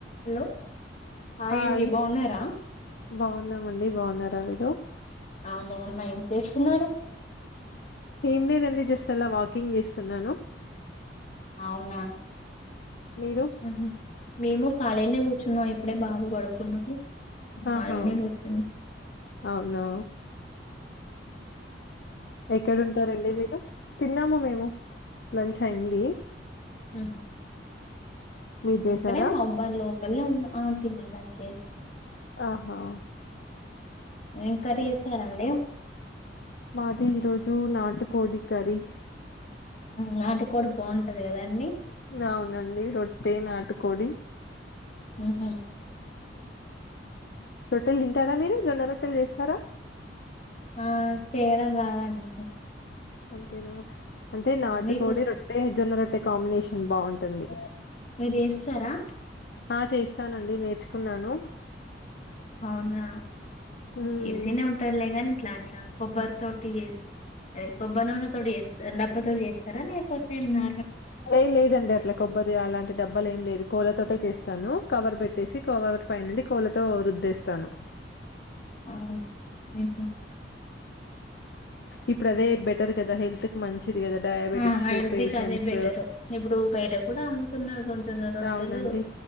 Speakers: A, on the left (about 40°); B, on the left (about 60°).
A: Hello హాండి
B: hi.
A: బాగున్నారా
B: బాగున్నామండి బాగున్నారా మీరు
A: ఆ బాగున్నా ఏం చేస్తున్నారు
B: ఇమ్దండి జస్ట్ అలా వాకింగ్ చేస్త చెన్నాను
A: అవునా
B: మీరు?
A: హ మేము కఖాళీనే కూర్చున్నాం ఇప్పుడే బాగు పడుకు సున్నాడ కారనే
B: ఆహా!
A: కూర్చు
B: అవునా! ఎక్కడ ఉంటారండి మీరు తిన్నామా మేము లంచ్ అయింది
A: హ
B: మీరు చేసారా?
A: ఇక్కడే మా అబ్బాయి లోకల్లే ఉన్నాం ఆ తిన చేసి
B: ఆహా
A: ఇంకర చేసారండి
B: మాది ఈరోజు నాటుకోడి కరి
A: నాటి కూడా బాగుంటది కద అం
B: అవునండి రొట్టె నాటుకోడి
A: ఆహ
B: రొట్టలు తింటారా మీరు జొన్న రొట్టలు చేస్తారా
A: ఆ చేయడం రాదండి
B: అంతేనా అంటే నాటు
A: మీకొస్తా
B: కోడి రొట్టె జొన్న రొట్టె కాంబినేషన్ బాగుంటుంది
A: మీరుచేస్తారా
B: ఆ చేస్తానండి నేర్చుకున్నాను
A: అవునా
B: హ్మ్.
A: ఈజీనే ఉంటదిలే గాని ఇట్లా ఇట్లా కొబ్బరి తోటి చేస్ అదే కొబ్బరి నూనే తోటి చేస్త డబ్బతోటి చేస్తారా లేకపోతే నా
B: ఏం లేదండి అట్లా కొబ్బరి అలాంటి డబ్బాలు ఏం లేదు కోల తోటే చేస్తాను కవర్ పెట్టేసి కవర్ పైనుండి కోలతో రుద్దేస్తాను
A: అవునా హ్మ్ మ్మ్
B: ఇప్పుడు అదే బెటర్ కదా హెల్త్ కు మంచి ది కదా డయాబెటిక్స్,
A: ఆ హెల్తీకి
B: పేషెన్స్
A: అదే బెటరు ఇప్పుడు బయట కూడా అమ్ముతున్నారు జొన్న రొట్టెలు
B: అవునండి